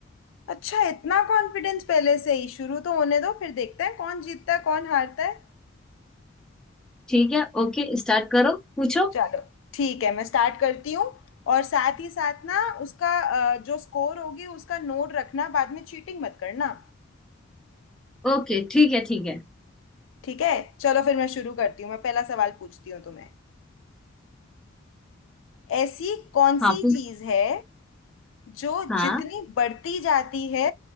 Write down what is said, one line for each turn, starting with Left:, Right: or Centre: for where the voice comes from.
Left: अच्छा इतना कॉन्फिडेंस पहले से ही शुरू तो होने दो फिर देखते हैं कौन जीतता है कौन हारता है
Centre: ठीक है ओके स्टार्ट करो पूछो
Left: चलो ठीक है मैं स्टार्ट करती हूँ और साथ ही साथ ना उसका अ, जो स्कोर होगी उसका नोट रखना बाद में चीटिंग मत करना
Centre: ओके ठीक है ठीक है
Left: ठीक है चलो फिर मैं शुरू करती हूँ मैं पहला सवाल पूछती हूँ तुम्हें ऐसी कौन
Centre: हाँ
Left: सी
Centre: पूछ
Left: चीज है जो
Centre: हाँ
Left: जितनी बढ़ती जाती है